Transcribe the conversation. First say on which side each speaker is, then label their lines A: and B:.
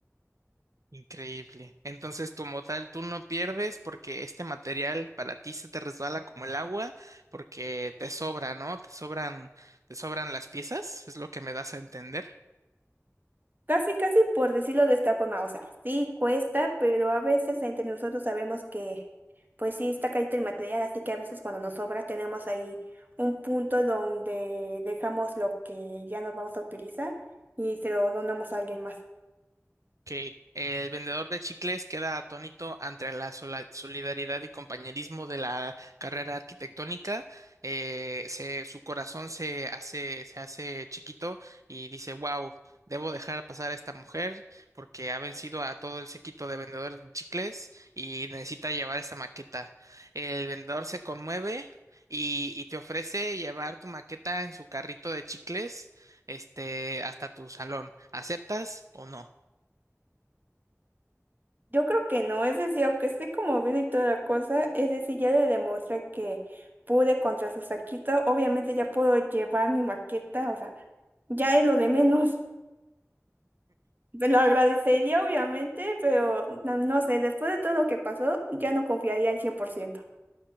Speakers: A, on the right; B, on the right.
A: Increíble. Entonces, como tal, tú no pierdes porque este material para ti se te resbala como el agua porque te sobra, ¿no? Te sobran, te sobran las piezas, es lo que me das a entender.
B: Casi, casi por decirlo de esta forma, o sea, sí cuesta, pero a veces entre nosotros sabemos que, pues sí, está carito el material, así que a veces cuando nos sobra tenemos ahí un punto donde dejamos lo que ya no vamos a utilizar y se lo donamos a alguien más.
A: Ok. El vendedor de chicles queda atónito ante la sola- solidaridad y compañerismo de la carrera arquitectónica. Eh, se- su corazón se hace, se hace chiquito y dice, wow, debo dejar pasar a esta mujer porque ha vencido a todo el séquito de vendedores de chicles y necesita llevar esta maqueta. El vendedor se conmueve y, y te ofrece llevar tu maqueta en su carrito de chicles, este, hasta tu salón. ¿Aceptas o no?
B: Yo creo que no, es decir, aunque esté como bien y toda la cosa, es decir, ya le demostré que pude contra su saquito, obviamente ya puedo llevar mi maqueta, o sea, ya es lo de menos. Te Lo agradecería, obviamente, pero no, no sé, después de todo lo que pasó, ya no confiaría al cien por ciento.